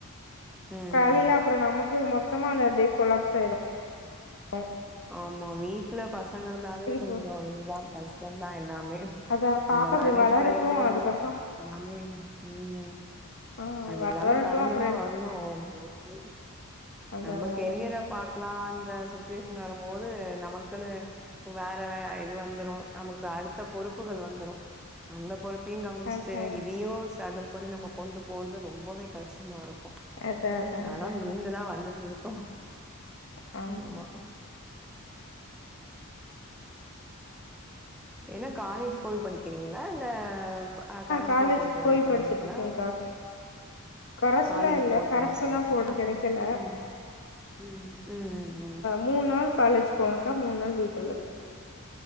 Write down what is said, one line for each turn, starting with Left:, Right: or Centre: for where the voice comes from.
Centre: ம்,
Left: காலையில
Centre: ம்.
Left: அப்ரோ நமக்கு மொத்தமா அந்த டே கொலாப்ஸாயிரும்
Centre: ஆமா வீட்ல பசங்க இருந்தாவே கொஞ்சோ
Left: போ
Centre: இதுதான் கஷ்டந்தான் எல்லாமே
Left: அதா பாப்பா
Centre: அத
Left: கொஞ்சோ
Centre: மேனேஜ்
Left: வளரட்டு
Centre: பண்ணிட்டு
Left: அதுக்கப்புறோ
Centre: நம்ம எல்லாமே உம்
Left: ஆ
Centre: அது
Left: வளரட்டு
Centre: எல்லாமே கடந்துதான்
Left: அப்புறோ எடுத்து
Centre: வரணும் மோஸ்ட்லி
Left: அதா
Centre: நம்ம
Left: அதா
Centre: கெரியர
Left: அதா
Centre: பாக் லா அந்த சிச்சுவேஷன் வரும்போது நமக்குனு வேற வே இது வந்துரும் நமக்கு அடுத்த பொறுப்புகள் வந்துரும் அந்த பொறுப்பையும் கவனிச்சுட்டு
Left: அதா
Centre: இது தயு ஸ்ட்ராகிள் பண்ணி நம்ம கொண்டு போறது ரொம்பவே கஷ்டமா இருக்கும்
Left: அதா அதா
Centre: அதெலாம்
Left: அதா
Centre: மீண்டு தான் வந்துட்ருக்கோ
Left: ஆ
Centre: ஆமா என்னா காலேஜ் போய் படிக்கிறீங்களா இல்ல ஆ கரசுல
Left: காலேஜ்
Centre: போட்டு
Left: போய்
Centre: இது பண்றிங்களா
Left: படிச்சுட்டு இருக்கேங்க்கா கரஸ்ல
Centre: காலேஜ்
Left: இல்ல
Centre: போய்
Left: கரஸ்ல
Centre: படிச்சுட்டு
Left: தா
Centre: இருக்கிங்களா
Left: போட்டு கெடைக்கல
Centre: ம் உம் உம் ம்
Left: மூன்நாள் காலேஜ் போவெங்க மூன் நாள் வீட்டுல இருப்ப